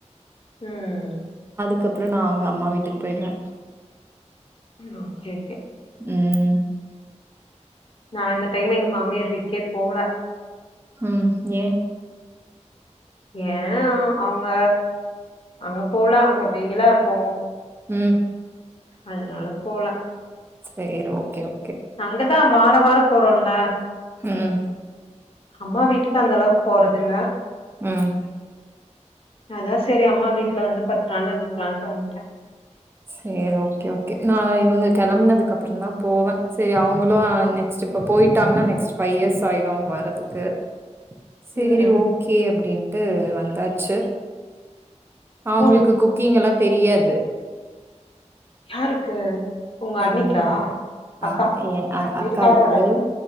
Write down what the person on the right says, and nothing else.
அதுக்கப்றோ நா அங்க அம்மா வீட்டுக்கு போயிடுவ
ம்
ம் ஏ
உம்
சேர் ஓகே ஓ
ம்,
ம்
சேரி ஓகே ஓகே நா இவங்க கெளம்னதுக்கு அப்புறோ தா போவ சேரி அவுங்களோ நெக்ஸ்ட் இப்ப போயிட்டாங்கன்னா நெக்ஸ்ட் ஃபைவ் இயர்ஸ் ஆயிடோ அவுங்க வர்றதுக்கு சேரி
ஓகே அப்டின்ட்டு வந் தாச்சி அவுங்குளுக்கு
குக்கிங்கெல்லாத் தெரியாது
எங்
ஆ என் அ
அக்காவுக்கு.